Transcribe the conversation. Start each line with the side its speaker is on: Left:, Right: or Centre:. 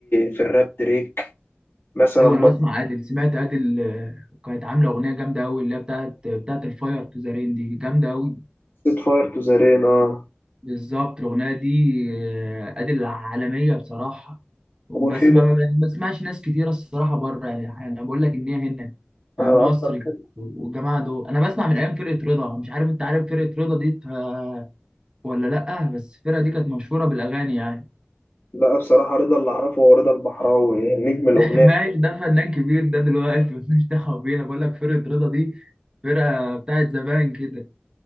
Left: في الراب دريك مثلا
Right: ايوه انا
Left: بره
Right: بسمع عادل سمعت عادل آه، كانت عاملة اغنية جامدة قوي اللي هي بتاعت بتاعت الفاير تو ذا رين دي جامدة قوي
Left: سيت فاير تو ذا رين آه.
Right: بالظبط الاغنية دي آه، عادل عالمية بصراحة وبس
Left: وفي بقى-
Right: ما يعني ما بسمعش ناس كتيرة الصراحة بره يعني انا بقول لك ان هي هنا في
Left: أنا
Right: مصر
Left: أكتر واحد-
Right: كده والجماعة دول انا بسمع من ايام فرقة رضا مش عارف انت عارف فرقة رضا دي آه، ولا لأ بس الفرقة دي كانت مشهورة بالأغاني يعني
Left: لا بصراحة رضا اللي أعرفه هو رضا البحراوي نجم الأغنية
Right: <laughs> ماشي ده فنان كبير ده دلوقتي مش دعوة بينا بقول لك فرقة رضا دي فرقة بتاعت زمان كده